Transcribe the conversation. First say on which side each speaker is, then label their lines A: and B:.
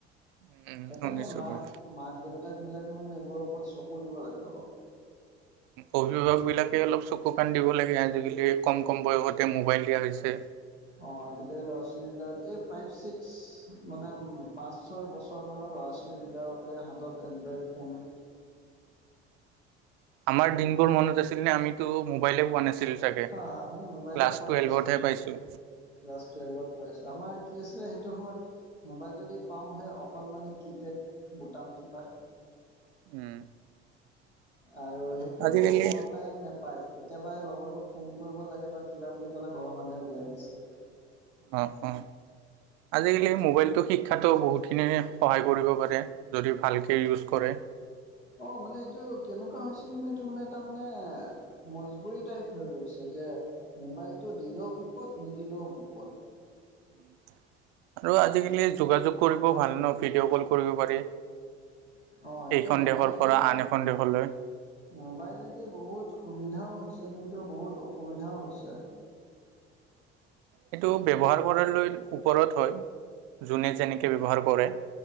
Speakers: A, on the right (about 55°); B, on the left (about 85°).
A: উম,
B: সেইকাৰণে
A: শুনিছো
B: মাক
A: বাৰু।
B: মাক দেউতাকবিলাকে মানে এইবোৰৰ ওপৰত চকু দিব লাগে অলপ।
A: অভিভাৱক বিলাকে অলপ চকু কাণ দিব লাগে, আজিকালি কম কম বয়সতে মোবাইল দিয়া হৈছে।
B: অ' আজিকালি ল'ৰা ছোৱালী বিলাক এই ফাইভ ছিক্স মানে পাঁচ ছয় বছৰ বছৰ মানৰ ল'ৰা ছোৱালীবিলাককে হাতত এনড্ৰইড ফোন,
A: আমাৰ দিনবোৰ মনত আছিল নে? আমিতো মোবাইলে পোৱা নাছিলো। চাগে।
B: হ আমি মোবাইলে
A: ক্লাছ
B: পোৱা
A: টুৱেলভতহে
B: নাছিলো।
A: পাইছোঁ,
B: ক্লাছ টুৱেলভত পাইছো। আমাৰ কি আছিলে সেইটো সময়ত? মোবাইল যদি পাওঁহে, অকণমানি কিপেড বুটাম টিপা।
A: উম।
B: আৰু সেইটোও
A: আজিকালি
B: অল টাইম নাপায়। কেতিয়াবা এই লগৰটোক ফোন কৰিব লাগে বা কিবা বুলি ক'লে ঘৰৰ মানুহে ওলাই দিছে।
A: অঁ অঁ আজিকালি মোবাইলটো শিক্ষাতো বহুতখিনি সহায় কৰিব পাৰে। যদি ভালকে ইউজ কৰে।
B: অ' মানে এইটো কেনেকুৱা হৈছে মানে, এইটো মানে তাৰ মানে, মজবুুৰী টাইপ হৈ গৈছে, যে মোবাইলটো দিলেও বিপদ নিদিলেও বিপদ।
A: উম <unintelligible> আৰু আজিকালি যোগাযোগ কৰিব ভাল ন, ভিডিঅ' কল কৰিব পাৰি।
B: অ সেইটো
A: এইখন
B: মোবাইলেদি
A: দেশৰ পৰা আন এখন দেশলৈ।
B: মোবাইলেদি বহুত সুবিধাও হৈছে, কিন্তু বহুত অসুবিধাও হৈছে।
A: সেইটো ব্যৱহাৰ কৰালৈ ওপৰত হয়, যোনে যেনেকৈ ব্যৱহাৰ কৰে।